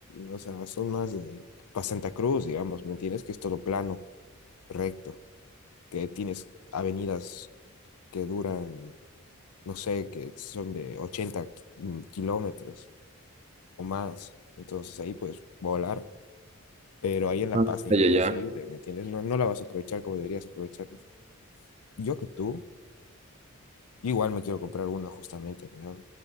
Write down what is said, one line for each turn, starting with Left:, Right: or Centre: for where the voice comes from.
Left: o sea, son más de, para Santa Cruz, digamos, ¿me entiendes? Que es todo plano, recto, que tienes avenidas que duran. no sé, que son de 80 ki- mm, kilómetros o más. Entonces ahí pues volar. Pero ahí en La
Right: Ah,
Left: Paz es
Right: Ya,
Left: imposible,
Right: ya, ya.
Left: ¿me entiendes? No, no la vas a aprovechar como deberías aprovecharla. Yo que tú, igual me quiero comprar una justamente, ¿verdad?